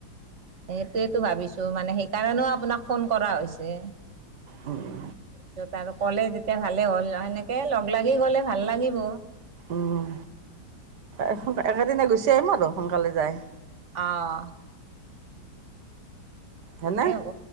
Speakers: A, on the right; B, on the right.
A: সেইটোয়েতো ভাবিছো মানে সেইকাৰণেও আপোনাক ফোন কৰা হৈছে।
B: উম।
A: তাৰপিছত আৰু ক'লে তেতিয়া ভালে হ'ল, সেনেকে লগ লাগি গ'লে ভাল লাগিব।
B: উম, এসো একেদিন গুচি আহিম আৰু আৰু সোনকালে যাই
A: অ'।
B: হয়নে
A: ভালে হ'ব